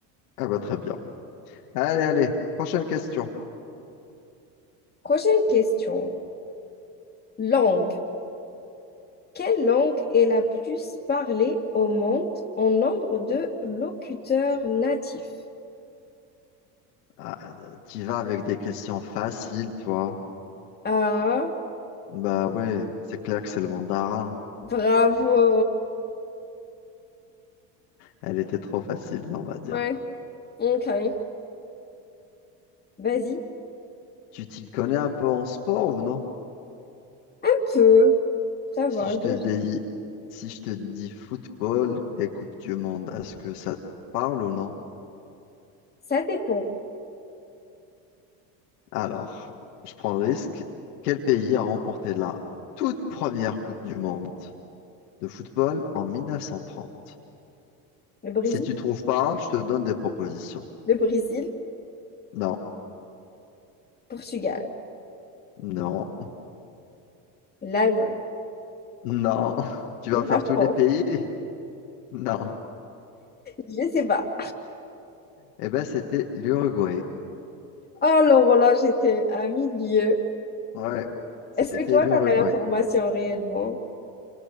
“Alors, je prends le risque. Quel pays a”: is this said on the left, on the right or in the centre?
Left